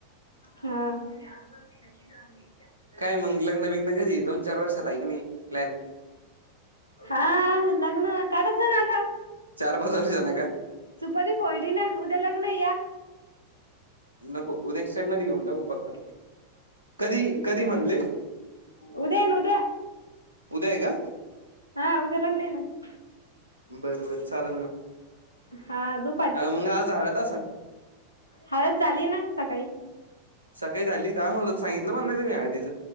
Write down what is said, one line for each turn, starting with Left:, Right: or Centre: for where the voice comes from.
Left: हम <inaudible>
Right: काय मंग लग्न बिघ्न कधी दोन चार वर्षात ऐ का नाही प्लॅन.
Left: हा लग्न करायचंय ना आता.
Right: चार पाच वर्षा न का.
Left: सुपारी फोयडी ना उद्या लग्न या.
Right: नको नेक्स्ट टाईम म घेऊन पत्ता, कधी कधी म्हणले
Left: उद्या आहे ना उद्या
Right: उद्या आहे का
Left: हा उद्या लग्न आहे ना.
Right: बर बर चालेल ना.
Left: हा दु
Right: हा मग आज हळद असन-
Left: हळद झाली ना सकाळी.
Right: सकाळी झाली का म्हण सांगितलं पण नाही मी आहदीचं